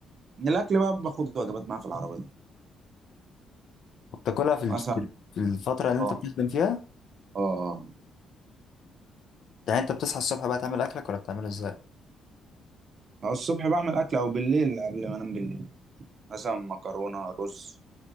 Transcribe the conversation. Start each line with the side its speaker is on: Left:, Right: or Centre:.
Right: الأكل بقى باخد وجبات معايا في العربية
Left: وبتاكلها في الج-
Right: مثلا
Left: في الفتره اللي
Right: اه
Left: انت بتخدم فيها
Right: اه
Left: يعني انت بتصحى الصبح بقى تعمل اكلك ولا بتعمله ازاي
Right: أو الصبح بعمل أكل أو بالليل قبل ما أنام بالليل مثلا مكرونة رز